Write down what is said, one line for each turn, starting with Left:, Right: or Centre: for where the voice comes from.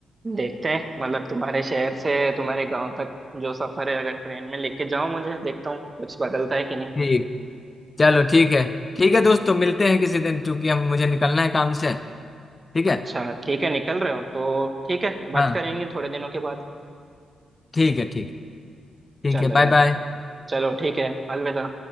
Right: देखते हैं मतलब तुम्हारे शहर से तुम्हारे गांव तक जो सफर है अगर ट्रेन में लेके जाओ मुझे देखता हूँ कुछ बदलता है कि नहीं
Left: ठीक चलो ठीक है ठीक है दोस्तों मिलते हैं किसी दिन क्योंकि हम मुझे निकलना है काम से ठीक है
Right: अच्छा ठीक है निकल रहे हो तो ठीक है
Left: हाँ
Right: बात करेंगे थोड़े दिनों के बाद
Left: ठीक है ठीक है
Right: चलो
Left: ठीक है बाय
Right: यार
Left: बाय
Right: चलो ठीक है अलविदा